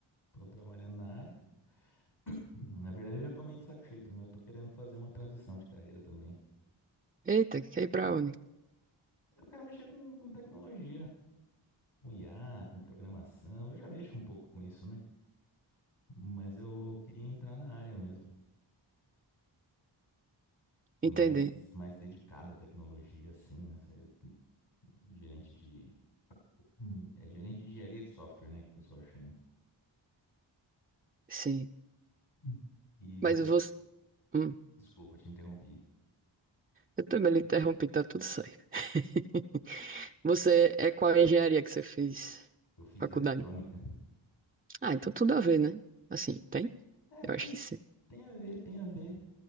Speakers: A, on the left; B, on the right.
A: tô trabalhando na área. Hum, Na verdade, eu já tô meio de saco cheio, mas eu tô querendo fazer uma transição de carreira também.
B: Eita, quer ir pra onde?
A: Eu quero mexer com, com tecnologia, com IA, com programação. Eu já mexo um pouco com isso, né? Mas eu queria entrar na área mesmo, mais,
B: Entendi.
A: mais dedicado à tecnologia, assim, né? Ser gerente de. Hum. É gerente de engenharia de software, né? Que o pessoal chama.
B: Sim.
A: Hum. E você,
B: Mas você. Hum,
A: desculpa, te interrompi.
B: eu também lhe interrompi, tá tudo certo. <laughs> Você é qual a engenharia que você fez?
A: Eu fiz
B: Faculdade?
A: eletrônica.
B: Ah, então tudo a ver, né? Assim, tem?
A: É,
B: Eu
A: tem,
B: acho que sim.
A: tem a ver, tem a ver.